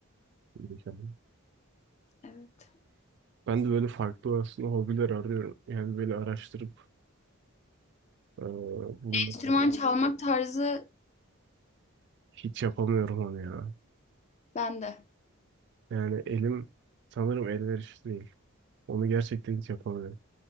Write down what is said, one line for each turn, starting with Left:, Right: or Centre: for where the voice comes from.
Right: mükemmel.
Left: Evet.
Right: Ben de böyle farklı aslında hobiler arıyorum. Yani böyle araştırıp eee, bulmak
Left: Enstrüman
Right: lazım.
Left: çalmak tarzı
Right: Hiç yapamıyorum onu ya.
Left: bende.
Right: Yani elim sanırım elverişli değil. Onu gerçekten hiç yapamıyorum.